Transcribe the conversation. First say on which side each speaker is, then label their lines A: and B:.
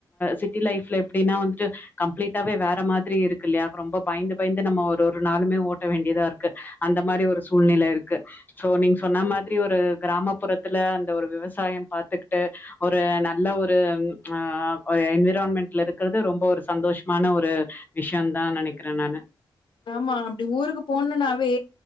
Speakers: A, on the left; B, on the left.
A: சிட்டி லைப்ல எப்படின்னா வந்துட்டு கம்ப்ளீட்டாவே வேற மாதிரி இருக்கு இல்லையா ரொம்ப பயந்து பயந்து நம்ம ஒரு ஒரு நாளுுமே ஓட்ட வேண்டியதா இருக்கு அந்த மாதிரி ஒரு சூழ்நிலை இருக்குோ சோ சொன்ன மாதிரி ஒரு கிராமப்புறத்துல அந்த ஒரு விவசாயம் பாத்துக்கிட்டு ஒரு நல்ல ஒரு ஆ என்விரான்மெண்ட்ல இருக்கறிறது ரொம்ப ஒரு சந்தோஷமான ஒரு விஷயம் தான் நினைக்கிறேன் நான்ு
B: ஆமா அப்படி ஊருக்கு போணும்னாவே